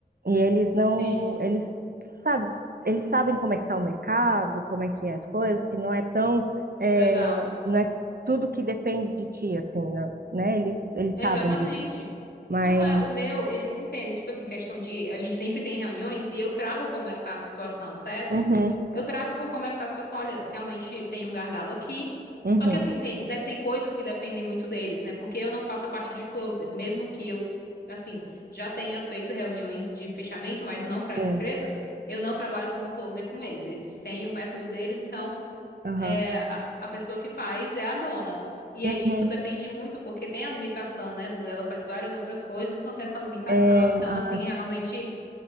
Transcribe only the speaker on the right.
E eles não,
eles sabem eles sabem como é que está o mercado, como é que é as coisas, que não é tão, é,
não é tudo que depende de ti, assim, né? né? Eles, eles
sabem disso. Mas,
uhum,
uhum,
sim,
aham,
uhum,
é,
ah,